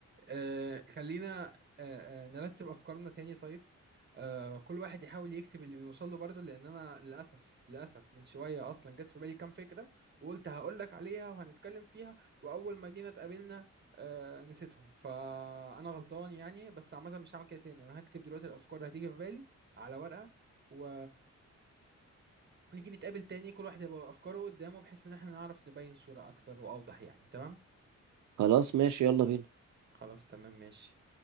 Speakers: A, on the right; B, on the right.
A: آه خلينا آه آه نرتب أفكارنا تاني طيب آه كل واحد يحاول يكتب اللي بيوصل له برضه لأن أنا للأسف للأسف من شوية أصلا جت في بالي كام فكرة وقلت هقولك عليها وهنتكلم فيها وأول ما جينا اتقابلنا آه نسيتهم فأنا غلطان يعني بس عامة مش هعمل كده تاني أنا هكتب دلوقتي الأفكار اللي هتيجي في بالي على ورقة و نيجي نتقابل تاني كل واحد يبقى أفكاره قدامه بحيث إن احنا نعرف نبين صورة أكثر وأوضح يعني تمام؟
B: خلاص ماشي يلا بينا
A: خلاص تمام ماشي